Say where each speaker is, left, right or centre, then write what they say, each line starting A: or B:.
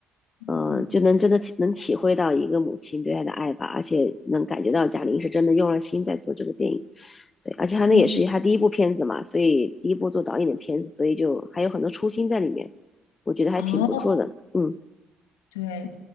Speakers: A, on the left; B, on the left.
A: 呃，
B: 嗯，
A: 就能真的体能体会到一个母亲对爱的爱吧，而且能感觉到贾玲是真的用了心在做这个电影，对，而且她那也是她第一部片子嘛，
B: 对，
A: 所以第一部做导演的片子，所以就还有很多初心在里面，我觉得还挺不错的，
B: 哦，
A: 嗯，
B: 对，